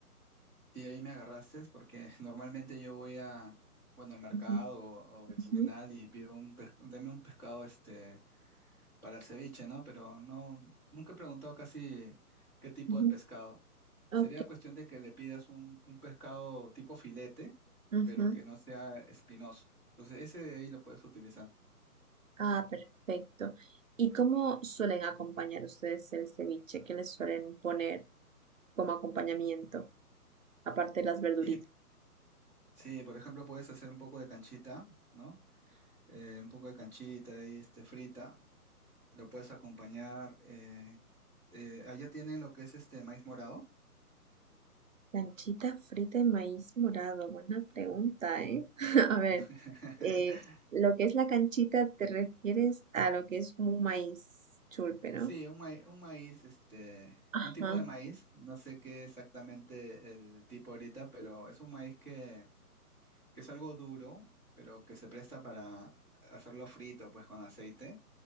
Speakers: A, in the centre; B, on the right (about 55°).
A: Sí, ahí me agarraste porque <laughs> normalmente yo voy a, bueno, al mercado
B: Ujú,
A: o, o al
B: ujú,
A: terminal y pido un pescado, deme un pescado este para ceviche, ¿no? Pero no, nunca he preguntado casi qué tipo
B: ujú.
A: de pescado.
B: Ok.
A: Sería cuestión de que le pidas un, un pescado tipo filete,
B: ujú.
A: pero que no sea espinoso. Entonces, ese de ahí lo puedes utilizar.
B: Ah, perfecto. ¿Y cómo suelen acompañar ustedes el ceviche? ¿Qué les suelen poner como acompañamiento, aparte de las verduritas?
A: Sí, sí, por ejemplo, puedes hacer un poco de canchita, ¿no? Eh, un poco de canchita y este, frita. Lo puedes acompañar. eh, eh, allá tienen lo que es este maíz morado.
B: Canchita frita de maíz morado. Buena pregunta, ¿eh? <laughs> A ver,
A: <laughs>
B: eh, lo que es la canchita te refieres a lo que es como un maíz chulpe, ¿no?
A: Sí, un maíz, un maíz, este,
B: Ajá.
A: un tipo de maíz, no sé qué exactamente el tipo ahorita, pero es un maíz que, que es algo duro, pero que se presta para hacerlo frito, pues con aceite,